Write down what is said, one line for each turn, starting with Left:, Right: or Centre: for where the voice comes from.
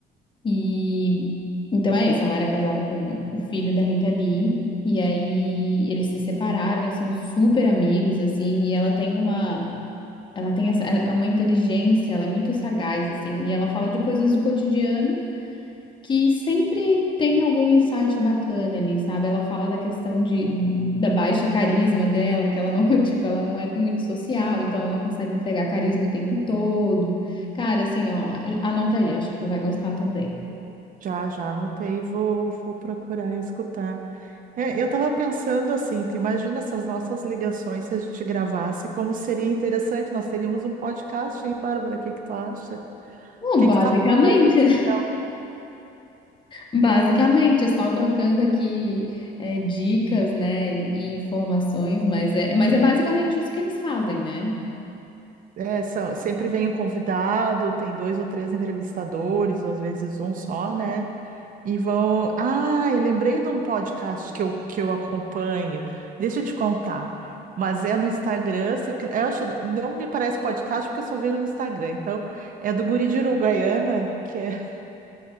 Left: E então é isso, ela era casada com o filho da Rita Lee, e aí eles se separaram e são super amigos, assim, e ela tem uma, ela tem essa, é é uma inteligência, ela é muito sagaz, assim, e ela fala de coisas do cotidiano que sempre tem algum insight bacana ali, sabe? Ela fala da questão de, da baixa carisma dela, que ela não, <laughs> tipo, ela não é muito social, então ela não consegue entregar carisma o tempo todo. Cara, assim, ó, anota aí, acho que tu vai gostar também.
Right: já, já anotei, vou, vou procurar escutar. É, eu estava pensando assim, tu imagina se as nossas ligações, se a gente gravasse, como seria interessante, nós teríamos um podcast, hein, Bárbara? O que que tu acha? O
Left: Bom,
Right: que
Left: basicamente,
Right: que tu acha da gente?
Left: né?
Right: Não.
Left: <laughs> Basicamente, é só trocando aqui é, dicas, né, e informações, mas é, mas é basicamente isso que eles fazem, né?
Right: É, são, sempre vem um convidado, tem dois ou três entrevistadores, ou às vezes um só, né? E vão. Ah, eu lembrei de um podcast que eu, que eu acompanho. Deixa eu te contar. Mas é no Instagram, só que- eu acho- não me parece podcast porque eu só vejo no Instagram. Então, é do Guri de Uruguaiana, que é.